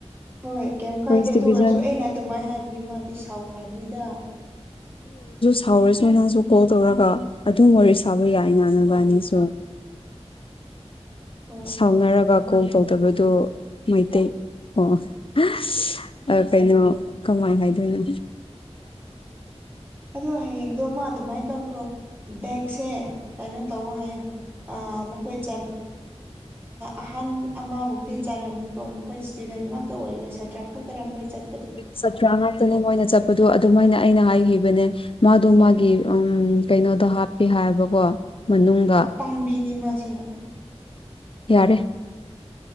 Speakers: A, on the right (about 20°); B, on the left (about 55°).
A: ꯍꯣꯏ ꯀꯩꯝ ꯀꯥꯏꯗꯦ
B: ꯐꯥꯔꯁ
A: ꯑꯗꯨ
B: ꯗꯤꯚꯤꯖꯟ
A: ꯑꯣꯏꯔꯁꯨ ꯑꯩꯅ ꯑꯗꯨꯃꯥꯏꯅ ꯍꯥꯏꯕꯒꯤ ꯃꯥꯗꯤ ꯁꯥꯎꯈ꯭ꯔꯕꯅꯤꯗ
B: ꯁꯥꯎꯔꯁ ꯃ ꯅꯁꯨ ꯀꯣꯜ ꯇꯧꯔꯒ ꯑꯗꯨꯝ ꯋꯥꯔꯤ ꯁꯥꯕ ꯌꯥꯏ ꯏ ꯅꯕꯅꯤꯁꯨ
A: <unintelligible> <inaudible> ꯑꯣ
B: ꯁꯥꯎꯅꯔꯒ ꯀꯣꯜ ꯇꯧꯗꯕꯗꯨ ꯃꯩꯇꯩ ꯑꯣ ꯀꯩꯅꯣ ꯀꯃꯥꯏ ꯍꯥꯏꯗꯣꯏꯅꯣ
A: ꯑꯗꯣ ꯍꯌꯦꯡꯗꯣ ꯃꯥ ꯑꯗꯨꯃꯥꯏꯅ ꯇꯧꯈ꯭ꯔꯣ ꯕꯦꯒꯁꯦ ꯀꯩꯅꯣ ꯇꯧ ꯍꯥꯏꯌꯣ ꯃꯈꯣꯏ ꯆꯠ ꯑꯍꯟ ꯑꯃꯒꯨꯝꯕꯗꯤ ꯆꯥꯔꯝꯅꯤꯀꯣ ꯃꯈꯣꯏ ꯏꯁꯇꯨꯗꯦꯟ ꯉꯥꯛꯇ ꯑꯣꯏꯕꯥ ꯁꯥꯇ꯭ꯔꯥ ꯈꯛꯇꯔ ꯃꯈꯣꯏ ꯆꯠ
B: ꯆꯠ꯭ꯔ ꯉꯇꯅꯦ ꯃꯣꯏꯅ ꯆꯠꯄ ꯑꯗꯣ ꯑꯗꯨꯃꯥꯏꯅ ꯑꯩꯅ ꯍꯥꯏꯈꯤꯕꯅꯦ ꯃꯥꯗꯣ ꯃꯥꯒꯤ ꯎ ꯀꯩꯅꯣꯗꯣ ꯍꯥꯞꯄꯤ ꯍꯥꯏꯕꯀꯣ ꯃꯅꯨꯡꯗ
A: ꯑꯄꯥꯪꯕꯤꯅꯤ ꯃꯥꯁ
B: ꯌꯥꯔꯦ